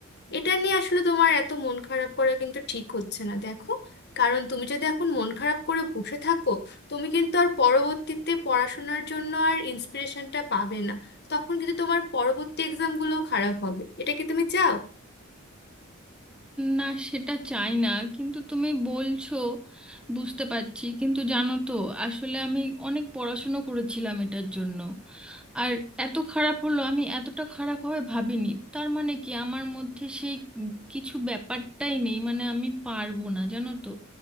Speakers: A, on the left; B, in the centre.
A: এটা নিয়ে আসলে তোমার এত মন খারাপ করা কিন্তু ঠিক হচ্ছে না দেখো কারণ তুমি যদি এখন মন খারাপ করে বসে থাকো তুমি কিন্তু আর পরবর্তীতে পড়াশোনার জন্য আর ইন্সপিরেশনটা পাবে না তখন কিন্তু তোমার পরবর্তী এক্সামগুলোও খারাপ হবে এটা কি তুমি চাও
B: না সেটা চাই না কিন্তু তুমি বলছো বুঝতে পারছি কিন্তু জানো তো আসলে আমি অনেক পড়াশুনো করেছিলাম এটার জন্য আর এত খারাপ হলো আমি এতটা খারাপ হবে ভাবিনি তার মানে কি আমার মধ্যে সেই কিছু ব্যাপারটাই নেই মানে আমি পারবো না জানো তো